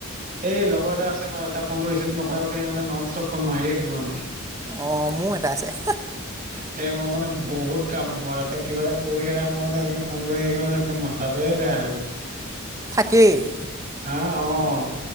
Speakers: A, on the right; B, on the right.
A: এই লগৰ এটা আছে ম এটা ফোনটো ৰিচিভ নকোৱ সি মানে নন ষ্টপ ফোন মাৰিয়ে থাকিব মানে।
B: অ' মোৰ এটা আছে।
A: স মই মানে বহুত কাম আ মাৰ তাতে কিবা এটা কৰি থকা সময়তে এনেকে ফোন কৰি থাকিলে নহয় একে মা থাটোহে বেয়া হৈ গ'ল।
B: কি?
A: অ' অ'